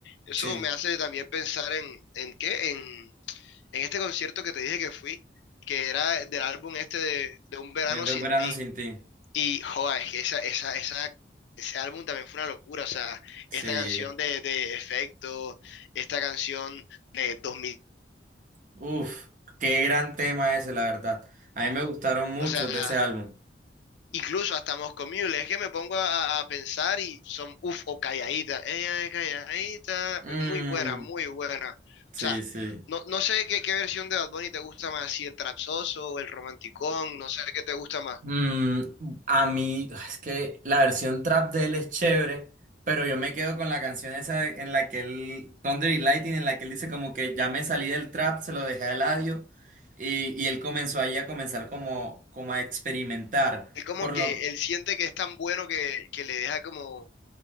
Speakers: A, on the left; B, on the right.
A: Eso
B: Sí,
A: me hace también pensar en, ¿en qué? En, en este concierto que te dije que fui, que era del álbum este de, de Un Verano
B: el de
A: Sin
B: un verano
A: Ti.
B: sin ti.
A: Y joda, es que esa, esa, esa, ese álbum también fue una locura. O sea,
B: Sí.
A: esta canción de, de Efecto, esta canción de 2000,
B: Uf, qué gran tema ese, la verdad. A mí me gustaron muchos
A: o sea,
B: de ese álbum.
A: incluso hasta Moscow Mule. Es que me pongo a, a pensar y son, uff, o Calladita, ella es Calladita,
B: Mm,
A: pues muy buena, muy buena.
B: sí,
A: O sea,
B: sí.
A: no, no sé qué, qué versión de Bad Bunny te gusta más, si el trapsoso o el romanticón, no sé qué te gusta más.
B: Mm, a mí, es que la versión trap de él es chévere, pero yo me quedo con la canción esa en la que él, Thunder y Lightning, en la que él dice como que ya me salí del trap, se lo dejé a Eladio, y, y él comenzó ahí a comenzar como, como a experimentar.
A: Es como
B: Por
A: que
B: lo,
A: él siente que es tan bueno que, que le deja como